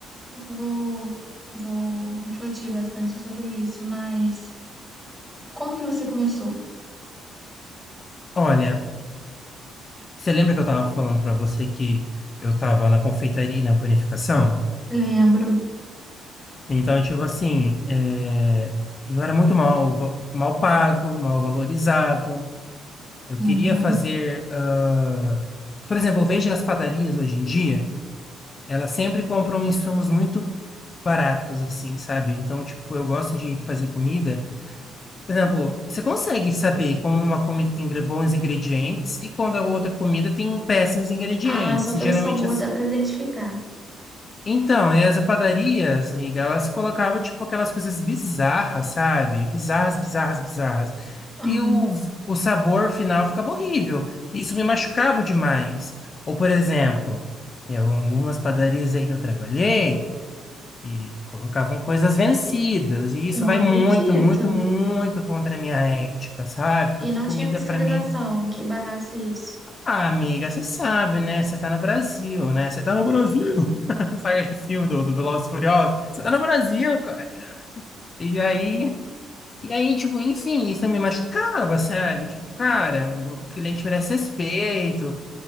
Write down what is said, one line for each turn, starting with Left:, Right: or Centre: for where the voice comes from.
Right: vou, vou refletir bastante sobre isso, mas como que você começou?
Left: Olha, você lembra que eu tava falando para você que eu tava na confeitaria, e na panificação?
Right: Lembro.
Left: Então, tipo assim, é, eu era muito mal, va- mal pago, mal valorizado. Eu
Right: Uhum.
Left: queria fazer, ah, por exemplo, eu vejo as padarias hoje em dia. ela sempre compram insumos muito baratos, assim, sabe? Então, tipo, eu gosto de fazer comida. Por exemplo, você consegue saber como uma comida tem ingre- bons ingredientes e quando a outra comida tem péssimos ingredientes.
Right: Ah, só pelo
Left: Geralmente,
Right: sabor
Left: as...
Right: dá para identificar.
Left: então, e as padarias, amiga, elas colocavam, tipo, aquelas coisas bizarras, sabe? Bizarras, bizarras, bizarras.
Right: Uhum.
Left: E o, o sabor final ficava horrível. Isso me machucava demais. Ou, por exemplo, em algumas padarias aí que eu trabalhei, que colocavam coisas vencidas, e isso
Right: Não
Left: vai
Right: acredito.
Left: muito, muito, muito contra a minha ética, sabe?
Right: E
Left: Porque
Right: não
Left: comida
Right: tinha fiscalização
Left: pra mim,
Right: que barrasse isso.
Left: ah, amiga, você sabe, né? Você tá no Brasil, né? Você tá no Brasil. <laughs> Sabe aquele filme do, do Velozes e Furiosos? Você tá no Brasil, cara. E aí, e aí, tipo, enfim, isso me machucava, sabe? Tipo, cara, o cliente merece respeito,